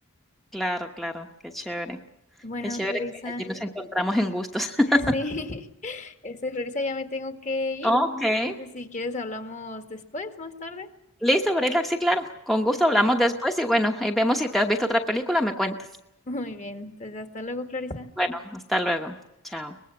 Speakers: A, in the centre; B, on the left.
A: Claro, claro, qué chévere,
B: Bueno,
A: qué chévere
B: Florisa,
A: que allí nos
B: <laughs>
A: encontramos en gustos. <laughs>
B: sí, este, Florisa, ya me tengo que ir.
A: Okey,
B: Entonces, si quieres, hablamos después, más tarde.
A: listo, Brela, sí, claro, con gusto
B: Perfecto.
A: hablamos después y bueno, ahí vemos si te has visto otra película, me cuentas.
B: Muy bien, entonces hasta luego, Florisa.
A: Bueno, hasta luego, chao.